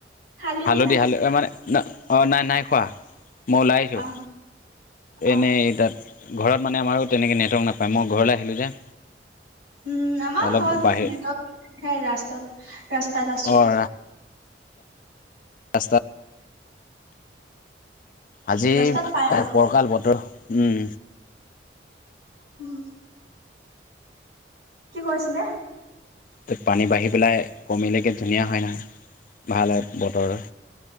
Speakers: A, on the right; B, on the left.
A: খালি
B: হালধি
A: নে নাই
B: হালধি মানে, নাই অঁ নাই নাই খোৱা, মই ওলাই আহিছোঁ।
A: অ অ
B: এনেই তাত ঘৰত মানে আমাৰো তেনেকে নেটৱৰ্ক নাপায়, মই ঘৰলৈ আহিলোঁ যে।
A: উম আমাৰ
B: অলপ
A: ঘৰত
B: বাহিৰ
A: নেটৱৰ্ক ৰাস্তাত ৰাস্তাত আছো।
B: অঁ ৰাস্তাত - আজি
A: ৰাস্তাত পাই আৰু
B: পৰকাল বতৰ উম।
A: উম কি কৈছিলে?
B: ত পানী বাঢ়ি পেলাই কমিলেকে ধুনীয়া হয় নহয়, ভাল হয় বতৰ।